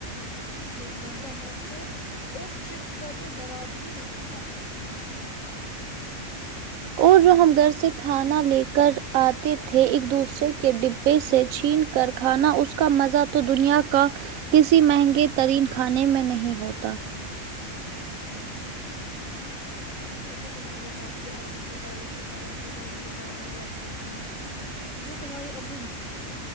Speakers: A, on the left; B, on the right.
A: لوٹنا ہوتا سموسے اور چپس کا تو جواب ہی نہیں تھا ہمیشہ
B: اور جو ہم گھر سے کھانا لے کر آتے تھے ایک دوسرے کے پڈبے سے چھین کر کھانا اس کا مزہ تو دنیا کا کسی مہنگے ترین کھانے میں نہیں ہوتا
A: ہمیشہ تمہارے ہاتھ کے بنے ہوئے آلو کے پراٹھے کا انتظار میں رہتی تھی جو تمہاری امی